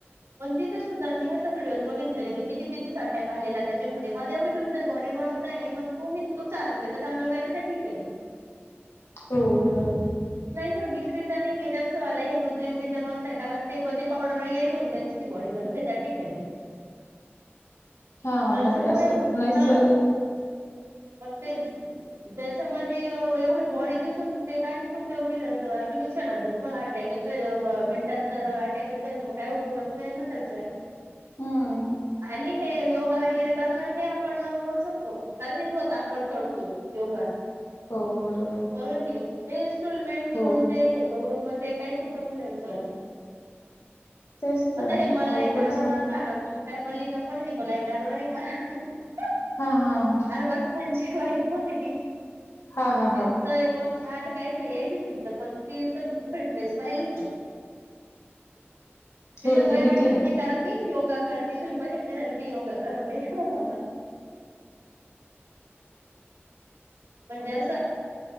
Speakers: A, on the right; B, on the left.
A: पण तिथे सुद्धा मी असं व्हिडिओज बघितले क ति किती संंट्या आलेला त्याच्यामध्ये मला एवढ तुही जर बॉडी मग तुम्ही तुमच आरोग्य तर चांगलं पाहि ना ते ठिकाणी
B: हो बरोबर
A: नैर्गिकरित्या नाही त्यांचवालय हे कृतिम णतय कारण ते ते पावडर वगैरे घेऊन त्यांची ती बॉडी बच्या ठिकाणी
B: हा
A: त्याच्यामुळे
B: डाय असं नैसर्गिक
A: हा फक्तेच त्याच्यामध्ये एवढी बॉडी दिसून ते काहीच उपयोग नाही त्याला तुम्ही क्षणात जर तुम्हाला अटॅक हा मिनटात जर अटकच तर मग काय उपयोगच नाही ना त्याच आहे
B: हम्म
A: आणि हे योगा वगैरे करणं हे आपण करू शकतो कारण हेच होत आपण करतो योगा
B: हो आहे
A: बरोबर कि नाही ते इन्स्टॉलमेंट घेऊन
B: हो
A: ते हे करून मग ते काही सु जायचं मला
B: तेच
A: आता
B: तर
A: हे मला
B: अवघडच
A: एक कारणा
B: आहे
A: काय मल्लिका कोणी बोलाय का नाही आहे का
B: हा हा हा
A: अर बस सँड पण कोण आहे
B: हा हा
A: ती
B: हा
A: सहाट काहीतरी यायच तिचं पण तिच फिटनेस पाहिल का त्याच
B: हेल्दी
A: वय वाटत
B: किती ना
A: नाही कारण ती योग करते शिल्प शिट्टी सझाल त योग करळते हा म्हणजे असं